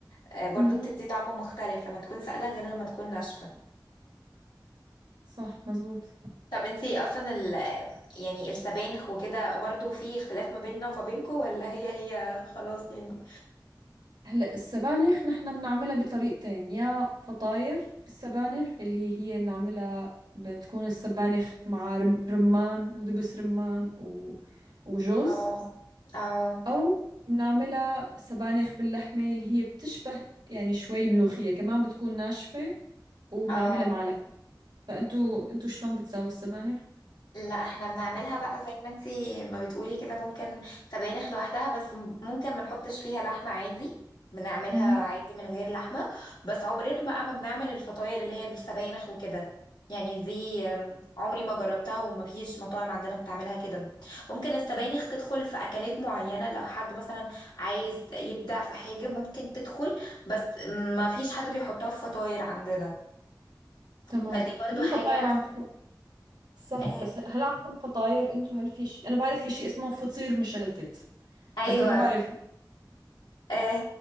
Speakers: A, on the left; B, on the right.
A: آه، برضو
B: مهم.
A: بتدي طعم مختلف لما تكون سائلة غير لما تكون ناشفة
B: صح مزبوط
A: طب انتي اصلا ال... يعني السبانخ وكده برضو في اختلاف ما بيننا وما بينكو ولا هي هي خلاص يعني
B: هلا السبانخ نحن بنعملها بطريقتين يا فطاير بالسبانخ اللي هي بنعملها ب- بتكون السبانخ مع رم رمان ودبس رمان و... وجوز
A: اه اه
B: او بنعملها سبانخ باللحمة اللي هي بتشبه يعني شوي الملوخية كمان بتكون ناشفة وبنعملها
A: اه
B: مع لحمة فانتوا انتوا شلون بتساووا السبانخ؟
A: لا احنا بنعملها بقى زي ما انتي ما بتقولي كده ممكن سبانخ لوحدها بس م- ممكن ما نحطش فيها لحمة عادي بنعملها
B: اها
A: عادي من غير لحمة بس عمرنا بقى ما بنعمل الفطاير اللي هي بالسبانخ وكده يعني دي ام، عمري ما جربتها وما فيش مطاعم عندنا بتعملها كده ممكن السبانخ تدخل في أكلات معينة لو حد مثلا عايز يبدع في حاجة ممكن تدخل بس ما فيش حد بيحطها في فطاير عندنا
B: تمام
A: فدي برضو
B: هل الفطاير
A: حاجة حاسة
B: عم تكون
A: ان-
B: صح
A: اه،
B: بس هل عندكم فطاير انتوا هل في شيء انا بعرف في شيء اسمه فطير مشلتت
A: ايوه
B: لكن ما بعرف
A: آه،